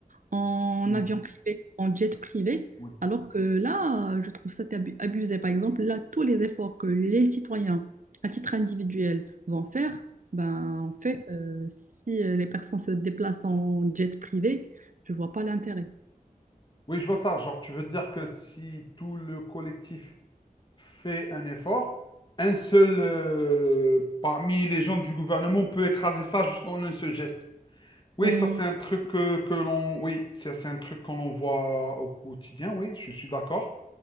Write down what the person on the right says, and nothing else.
en
avion
privé, en jet privé,
alors que là, euh, je trouve ça tabu- abusé. Par exemple, là, tous les efforts que les citoyens, à titre individuel, vont faire, ben, en fait, euh, si euh, les personnes se déplacent en jet privé, je vois pas l'intérêt.
En